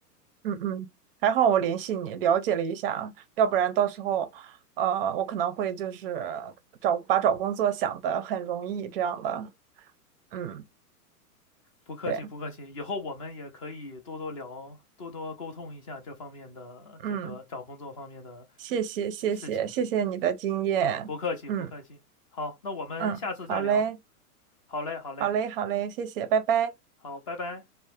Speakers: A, on the right; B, on the left.
A: 嗯嗯，还好我联系你，了解了一下，要不然到时候，呃，我可能会就是找把找工作想的很容易这样的。嗯，
B: 不客气，
A: 对，
B: 不客气。以后我们也可以多多聊，多多沟通一下这方面的这个找工作方面的
A: 嗯，谢谢谢谢谢谢你的经验，
B: 事情。不客气，
A: 嗯
B: 不客气。好，那我们下次再聊。
A: 嗯，好嘞
B: 好嘞，好嘞，
A: 好嘞好嘞，谢谢，拜拜。
B: 好，拜拜。